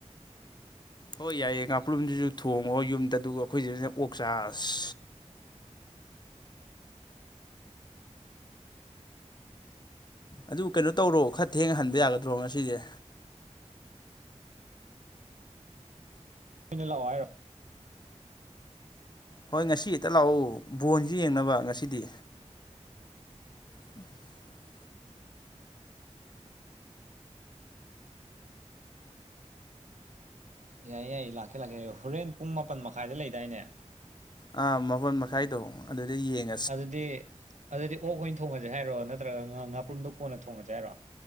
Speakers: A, on the left; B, on the right.
A: ꯍꯣꯏ ꯌꯥꯏꯌꯦ ꯉꯥꯄꯨꯨꯝꯗꯨꯁꯨ ꯊꯣꯡꯉꯣ ꯌꯨꯝꯗ ꯑꯗꯨꯒ ꯑꯩꯈꯣꯏꯁꯤꯗꯅ ꯑꯣꯛ ꯆꯥꯔꯁꯤ ꯑꯗꯨ ꯀꯩꯅꯣ ꯇꯧꯔꯣ ꯈꯔ ꯊꯦꯡꯅ ꯍꯟꯕ ꯌꯥꯒꯗ꯭ꯔꯣ ꯉꯁꯤꯁꯦ
B: ꯑꯣꯏꯅ ꯂꯥꯛꯑꯣ ꯍꯥꯏꯔꯣ
A: ꯍꯣꯏ ꯉꯁꯤ ꯍꯦꯛꯇ ꯂꯥꯛꯎ ꯕꯣꯜꯁꯨ ꯌꯦꯡꯅꯕ ꯉꯁꯤꯗꯤ <unintelligible>
B: ꯌꯥꯏꯌꯦ ꯌꯥꯏ ꯂꯥꯛꯀꯦ ꯂꯥꯛꯀꯦ ꯌꯥꯏ ꯍꯣꯔꯦꯟ ꯄꯨꯡ ꯃꯥꯄꯟ ꯃꯈꯥꯏꯗ ꯂꯩꯗꯥꯏꯅꯦ
A: ꯑꯥ ꯃꯥꯄꯟ ꯃꯈꯥꯏꯗꯣ ꯑꯗꯨꯗ ꯌꯦꯡꯉ
B: ꯑꯗꯨꯗꯤ ꯑꯗꯨꯗꯤ ꯑꯣꯛ ꯑꯣꯏꯅ ꯊꯣꯡꯉꯁꯦ ꯍꯥꯏꯔꯣ ꯅꯠꯇ꯭ꯔꯒ ꯉꯥ ꯉꯥꯄ꯭ꯔꯨꯝꯗꯣ ꯀꯣꯟꯅ ꯊꯣꯡꯉꯁꯦ ꯍꯥꯏꯔꯣ